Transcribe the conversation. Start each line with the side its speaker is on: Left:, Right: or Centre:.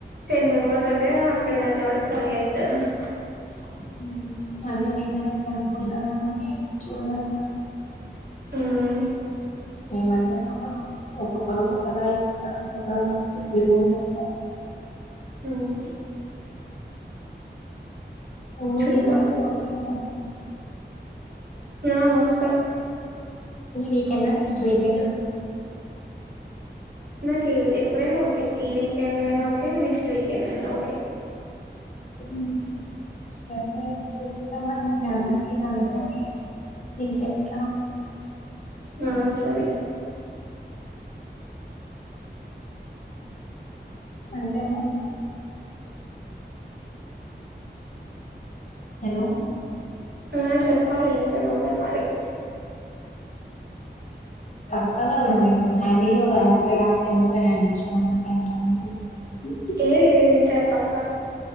Right: టెన్ మెంబెర్స్ అంటే అక్కడికి వచ్చే వరకు ఫైవ్ అయితది స
Left: యూ అదే నిను కూడా అదే అనుకుంటా ఉన్నా చూడాలి ఇగ
Right: ఉమ్
Left: ఏమండి ఒక్కొకరు ఒక్కోలా ఇప్పిస్తారు ఒక త్రి టైమ్స్ చెప్తారు
Right: ఉమ్
Left: నువ్వు
Right: చూద్దాం
Left: నేను అయితే ఒకే అను
Right: ఆ వస్తా
Left: ఈ వీకెండా అ నెక్స్ట్ వీకెండా అ
Right: నాకు ఎప్పుడైనా ఓకే ఈ వీకెండ్ అయినా ఓకే నెక్స్ట్ వీకెండ్ అయినా ఓకే
Left: హ సరే చూస్తద్దామని నే అందరికి కనుకొని నీకు చెప్తా
Right: ఆ సరే
Left: అంతేనా హలో
Right: ఆ చెప్పాలి ఇంకా నువ్వే మరి
Left: పక్క కదా ను అయితే హ్యాండ్ ఇయ్యావు కదా అసలే లాస్ట్ టైం నువ్వే హ్యాండ్ ఇచ్చినావ్ <unintelligible>
Right: ఏ లేదు ఈసారి పక్